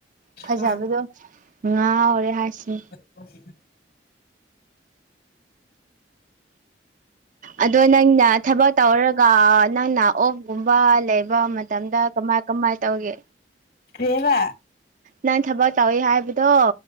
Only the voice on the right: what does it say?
ꯐꯖꯕꯗꯣ
ꯉꯥꯥꯎꯔꯦ ꯍꯥꯏꯁꯤ
ꯑꯗꯣ ꯅꯪꯅ ꯊꯕꯛ ꯇꯧꯔꯒ ꯅꯪꯅ ꯑꯣꯐꯒꯨꯝꯕ ꯂꯩꯕ ꯃꯇꯝꯗ ꯀꯃꯥꯏ ꯀꯃꯥꯏ ꯇꯧꯒꯦ
ꯅꯪ ꯊꯕꯛ ꯇꯧꯏ ꯍꯥꯏꯕꯗꯣ